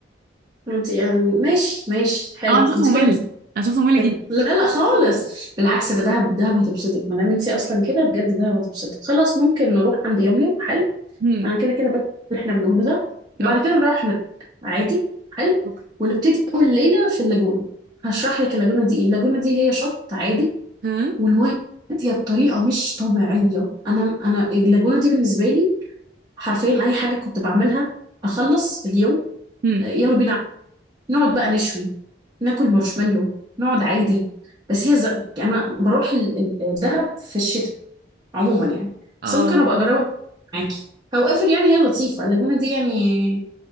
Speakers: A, on the right (about 20°); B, on the right (about 50°).
A: انت يعني ماشي ماشي حلو
B: اه انا شخص
A: انت
B: ممل
A: كده
B: انا شخص
A: بتتبسطي
B: ممل
A: لا لا خالص بالعكس ده دهب دهب هتبسطك ما دام انت اصلا كده بجد دهب هتبسطك خلاص ممكن نروح عند يوم يوم حلو
B: جدا
A: انا كده كده بس اللي احنا بنقوله ده وبعد
B: اوكي
A: كده نروح نرجع عادي حلو
B: اوكي
A: ونبتدي اول ليله في اللاجونه هشرح لك اللاجونه دي ايه اللاجونه دي هي شط عادي
B: ها
A: والميه هاديه بطريقه مش طبيعيه انا انا اللاجونه دي بالنسبه لي حرفيا اي حاجه كنت بعملها اخلص اليوم
B: هم
A: يلا بينا نقعد بقى نشوي ناكل مارشميلو نقعد عادي بس هي ز... انا بروح ال- ال- الدهب في الشتاء عموما يعني
B: اه
A: بس ممكن ابقى اجربها معاكي هاو ايفر يعني هي لطيفه اللاجونه دي يعني